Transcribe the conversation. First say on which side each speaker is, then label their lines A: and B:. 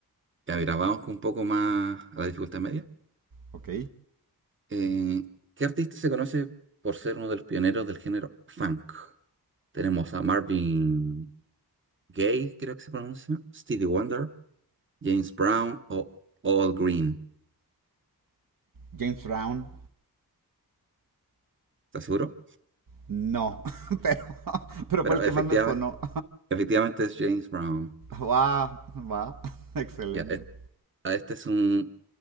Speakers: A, on the right (about 30°); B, on the right (about 60°).
A: Ya, mira, vamos con un poco más a la dificultad media.
B: Ok.
A: Eh, ¿qué artista se conoce por ser uno de los pioneros del género funk? Tenemos a Marvin Gay, creo que se pronuncia, Stevie Wonder, James Brown o All Green.
B: James Brown.
A: ¿Estás seguro?
B: No, <laughs> pero, pero
A: Pero
B: fue el que
A: efectivamente,
B: más me sonó.
A: efectivamente es James Brown.
B: Va, va. <laughs> Excelente.
A: Ya, es- a esta es un-